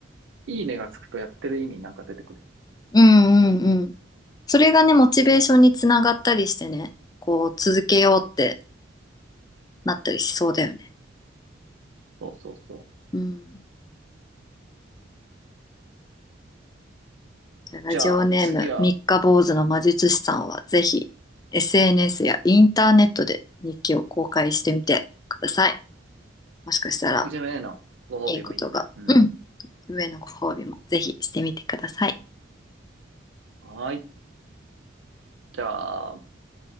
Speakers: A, on the right; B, on the left.
A: いいねがつくとやってる意味なんか出てくる。
B: うんうんうん。それがね、モチベーションにつながったりしてね、こう、続けようって
A: うん
B: なったりしそうだよね。
A: そうそうそう。
B: うん。じゃあ、ラジオネーム、
A: じゃあ次は、
B: 三日坊主の魔術師さんは、ぜひ、SNS やインターネットで日記を公開してみてください。もしかしたら、
A: あ、うちへのご褒美もいいよね。
B: いいことが。
A: うん。
B: うん上のご褒美もぜひしてみてください。
A: はーい。じゃあ